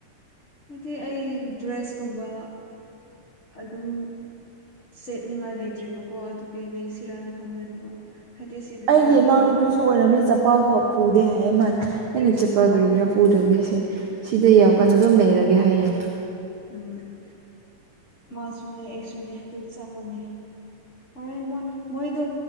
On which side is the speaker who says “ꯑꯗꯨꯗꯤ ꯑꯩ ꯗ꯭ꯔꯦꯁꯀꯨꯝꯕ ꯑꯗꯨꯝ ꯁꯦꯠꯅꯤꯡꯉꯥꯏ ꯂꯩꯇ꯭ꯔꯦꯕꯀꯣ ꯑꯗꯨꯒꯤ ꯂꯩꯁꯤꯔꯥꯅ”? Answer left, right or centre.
Left